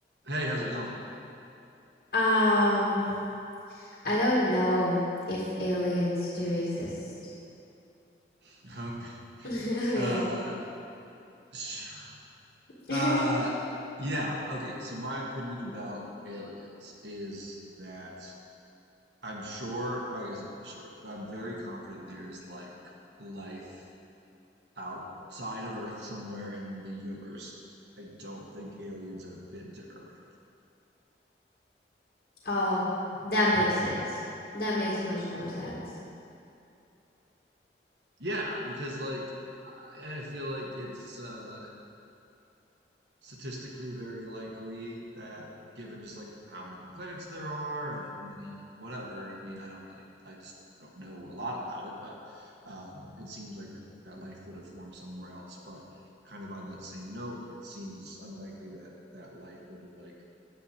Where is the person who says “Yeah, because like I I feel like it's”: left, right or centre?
Right